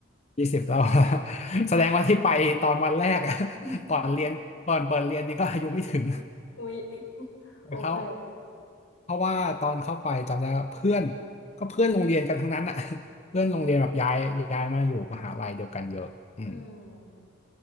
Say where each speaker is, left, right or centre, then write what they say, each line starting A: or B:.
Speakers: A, on the left (about 35°); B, on the left (about 85°).
A: ยี่สิบแล้ว <laughs> แสดงว่าที่ไปตอนวันแรกอะ
B: <laughs>
A: <laughs> ก่อนเรียนก่อนเปิดเรียนนี่ก็อายุไม่ถึง
B: อุ๊ย <laughs> โอเค
A: เขาเพราะว่าตอนเข้าไปจำได้ว่าเพื่อนก็เพื่อนโรงเรียนกันทั้งนั้นอ่ะ <laughs> เพื่อนโรงเรียนแบบย้ายย้ายมาอยู่มหาลัยเดียวกันเยอะอืม
B: อืม